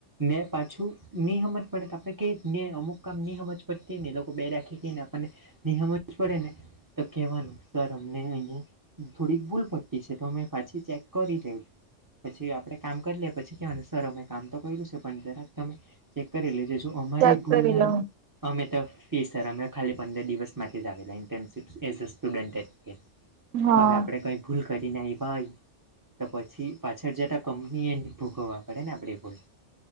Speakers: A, on the right; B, on the right.
A: ને પાછું <unintelligible> જ પડે તો આપણે ક ને અમુક કામ નિહમ જ પડતી ને લોકો બે રાખી આપણને નિહમ જ પડે ને તો કેવાનું સર અમને અહિયાં થોડીક ભૂલ પટ્ટી છે, તો અમે પાછી ચેક કરી લેવ પછી આપણે કામ કરી લેએ પછી કહેવાય સર અમે કામ તો કર્યું છે, પણ જરાક તમે ચેક કરી લેજે <unintelligible> અમારી
B: ચેક
A: ભૂલલાલ
B: કરી લઉ
A: અમે તો ફી સર અમે ખાલી પંદર દિવસ માટેથી જ આવેલા ઇન્ટર્નશીપ એઝ અ સ્ટુડન્ટ તરીકે
B: હા
A: હવે આપડે કઈ ભૂલ કરી <unintelligible> તો પછી પાછળ જતા કંપની એ ભૂગવવા પડે ને <unintelligible>